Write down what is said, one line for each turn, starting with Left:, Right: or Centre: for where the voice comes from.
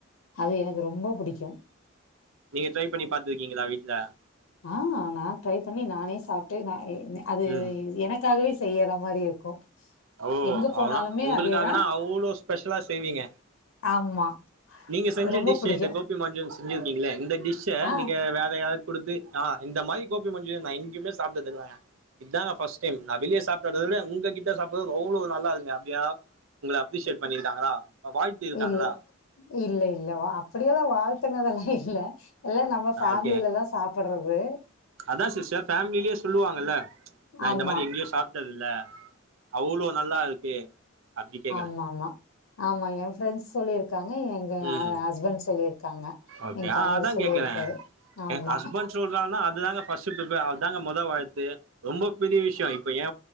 Left: அது எனக்கு ரொம்ப பிடிக்கு
Right: நீங்க ட்ரை பண்ணி பாத்துருக்கீங்களா வீட்ல
Left: ஆ நா ட்ரை பண்ணி நானே சாப்ட்டு நா அது
Right: ம்
Left: எனக் அதுக்காகவே செய்ற மாரி இருக்கு
Right: ஓ
Left: எங்க போனாலுமே
Right: அவனா உங்களுக்காகனா
Left: அதேதா
Right: அவ்ளோ ஸ்பெஷலா செய்வீங்க
Left: ஆமா
Right: நீங்க சஞ்ச
Left: ரொம்ப
Right: டிஷ்
Left: புடிக்கு
Right: இந்த கோப் மஞ்சூரன் செஞ்சுருக்கீங்களே இந்த டிஷ்ஷ
Left: ஆ
Right: நீங்க வேறயா கொடுத்து ஆ இந்த மாரி கோப்பி மஞ்சுரியன் நா எங்கேமே சாப்டதில்லங்க இதாங்க ஃபர்ஸ்ட் டைம் நா வெளியே சாப்டத விட உங்கிட்ட சாப் அவ்ளவு நல்லா இருங்க <unintelligible> அப்டியா உங்கள அப்ரிசியேட் பண்ணிருக்காங்களா வாழ்த்தி இருக்காங்களா
Left: இல்ல இல்ல இல்ல அப்படியெல்லா வாழ்த்துனது எல்லா இல்ல எல்லா நம்ம
Right: ஆ
Left: ஃபேமிலதா
Right: ஓகே
Left: சாப்பிட்றது
Right: அதா சிஸ்டர் ஃபேமிலயே சொல்லுவாங்கல்ல ச் நா
Left: ஆமா
Right: இந்த மாதிரி எங்கயோ சாப் சாப்டது இல்ல அவ்ளோ நல்லா இருக்கு அப்டி கேக்குறே
Left: ஆமா ஆமா ஆமா எ ஃப்ரெண்ட்ஸ் சொல்லியிருக்காங்க எங்க
Right: ம்
Left: ஹஸ்பண்ட் சொல்லியிருக்காங்க
Right: ஓகே
Left: என் கணவர்
Right: ஆ அதா
Left: சொல்லியிருக்காரு
Right: கேக்குறே
Left: ஆமா
Right: எ ஹஸ்பண்ட் சொல்றாங்கன்னா அது தாங்க ஃபர்ஸ்ட் ப்ரெபி அதாங்க மொத வாழ்த்து ரொம்ப பெரிய விஷயோ இப்போ ஏ